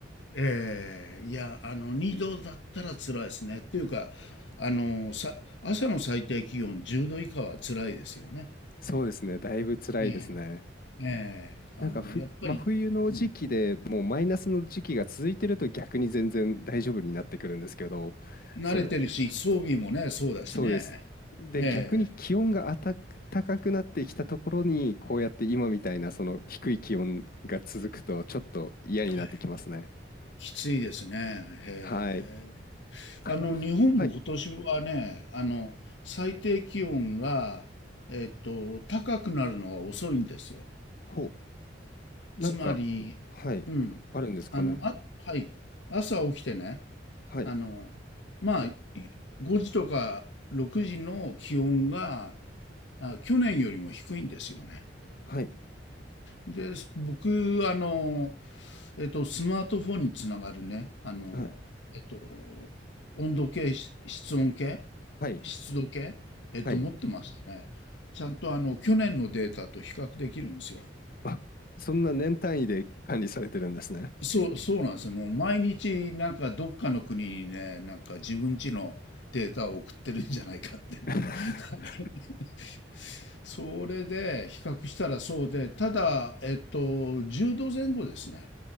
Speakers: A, on the left; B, on the left.
A: え、ええ、いや、あの、2度だったら辛いですね。っていうか、あの、さ、朝の最低気温10度以下は辛いですよね。
B: そうですね、だいぶ辛いですね。
A: ええええ、あの、
B: なんかふ、
A: やっぱり、
B: 真冬の時期でもうマイナスの時期が続いてると逆に全然大丈夫になってくるんですけど、
A: うん、慣れてるし、
B: その
A: 装備もね、そうだしね。
B: そうです。で、
A: え
B: 逆に気温があた高くなってきたところに、こうやって今みたいなその低い気温が続くと、ちょっと嫌になってきますね。
A: え、はい。きついですね。へえ。
B: はい。カリフ、
A: あの、日本も今年はね、
B: はい。
A: あの、最低気温が、えっと、高くなるのが遅いんですよ。
B: ほう。なんか、
A: つまり、
B: はい。
A: うん。
B: あるんですかね。
A: あの、あ、はい。朝起きてね、
B: はい。
A: あの、まあ、い5時とか6時の気温が、あ、去年よりも低いんですよね。
B: はい。
A: で、僕、あの、えっと、スマートフォンにつながるね、あの、
B: はい。
A: えっと、温度計、し室温計、
B: はい。
A: 湿度計、えっと、
B: はい。
A: 持ってましたね。ちゃんとあの、去年のデータと比較できるんですよ。
B: あ、そんな年単位で管理されてるんですね。
A: そう、そうなんですよ。もう毎日、なんかどっかの国にね、なんか自分家のデータを送ってるんじゃないかってね。
B: <laughs>
A: <laughs> それで比較したらそうで、ただ、えっと、10度前後ですね。